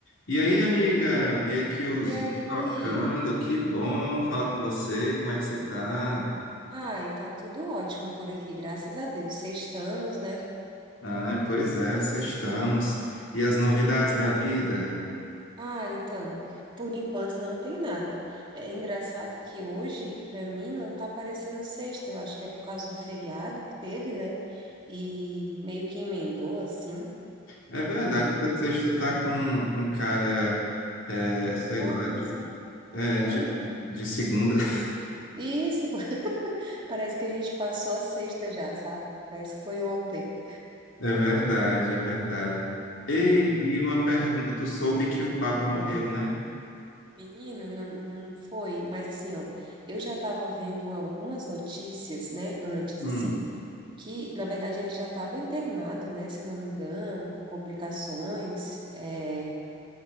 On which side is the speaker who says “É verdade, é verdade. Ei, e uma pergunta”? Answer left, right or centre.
Left